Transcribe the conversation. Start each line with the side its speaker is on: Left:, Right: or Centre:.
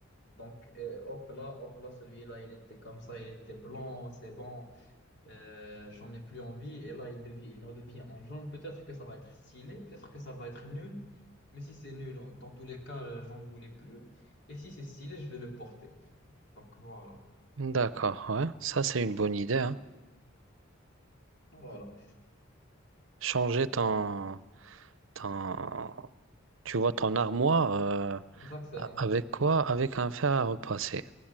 Left: Donc, euh, hop là, hop là, celui-là, il était comme ça, il était blanc, c'est bon, euh, j'en ai plus envie. Et là, il devient, il redevient en jaune. Peut-être que ça va être stylé, peut-être que ça va être nul. Mais si c'est nul, dans tous les cas, euh, j'en voulais plus. Et si c'est stylé, je vais le porter. Donc, voilà.
Right: d'accord, ouais. Ça, c'est une bonne idée, hein.
Left: Voilà,
Right: Changer ton, ton, tu vois, ton armoire, euh,
Left: exactement.
Right: a- avec quoi? Avec un fer à repasser.